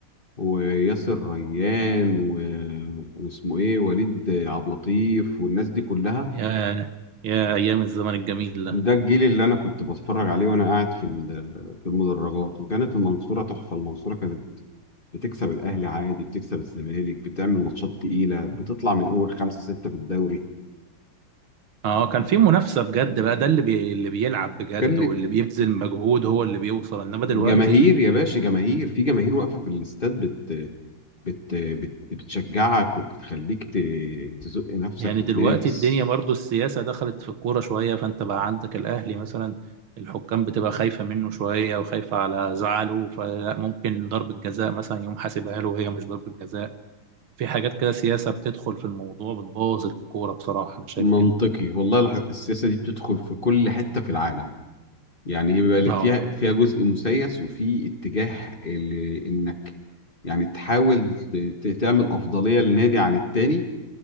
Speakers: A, on the left; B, on the right.
A: وياسر ريان و... واسمه ايه وليد عبد اللطيف والناس دي كلها
B: يا يا أيام الزمن الجميل ده
A: ده الجيل اللي انا كنت بتفرج عليه وانا قاعد في ال- في المدرجات وكانت المنصوره تحفه المنصوره كانت بتكسب الاهلي عادي بتكسب الزمالك بتعمل ماتشات تقيله بتطلع من اول خمسه سته في الدوري
B: اه كان في منافسة بجد بقى ده اللي بي... اللي بيلعب بجد
A: كان لي-
B: واللي بيبذل مجهود هو اللي بيوصل إنما دلوقتي
A: جماهير يا باشا جماهير في جماهير واقفه في الاستاد بت بت بت بتشجعك وبتخليك ت- تزق نفسك
B: يعني
A: وتنافس
B: دلوقتي الدنيا برضه السياسة دخلت في الكورة شوية فأنت بقى عندك الأهلي مثلا الحكام بتبقى خايفة منه شوية وخايفة على زعله فممكن ضربة جزاء مثلا يقوم حاسبها له وهي مش ضربة جزاء في حاجات كده سياسة بتدخل في الموضوع بتبوظ الكورة بصراحة أنا شايف
A: منطقي
B: كده
A: والله الح- السياسه دي بتدخل في كل حته في العالم يعني هي بيبقى
B: اه
A: فيها فيها جزء مسيس وفي اتجاه ال- انك يعني تحاول ت- تعمل افضليه للنادي عن التاني